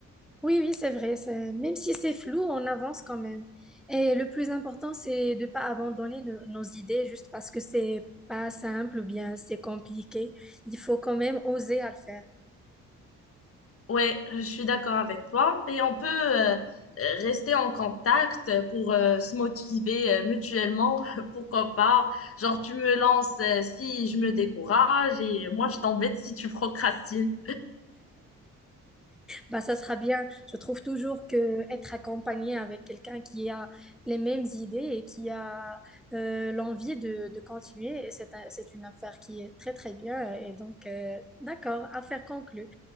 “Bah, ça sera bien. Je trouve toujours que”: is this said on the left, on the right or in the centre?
Centre